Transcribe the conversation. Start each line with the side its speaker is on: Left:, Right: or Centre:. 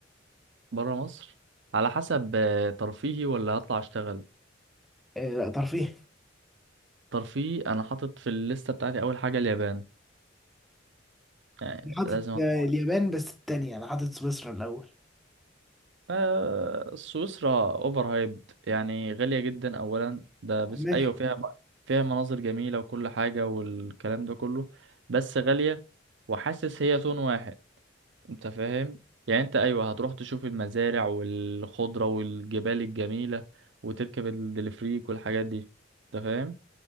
Right: برا مصر على حسب آه، ترفيهي ولا هطلع اشتغل
Centre: آه لا ترفيه
Right: ترفيهي انا حاطط في الليسته بتاعتي اول حاجه اليابان يعني
Centre: أنا حاطط
Right: لازم اطلع
Centre: آه، اليابان بس التانية انا حاطط سويسرا الاول
Right: آه سويسرا اوفر هايبد يعني غاليه جدا اولا ده بس
Centre: ماشي
Right: ايوه فيها فيها مناظر جميله وكل حاجه والكلام ده كله بس غاليه وحاسس هي تون واحد انت فاهم يعني انت ايوه هتروح تشوف المزارع والخضره والجبال الجميله وتركب الدليفريك والحاجات دي انت فاهم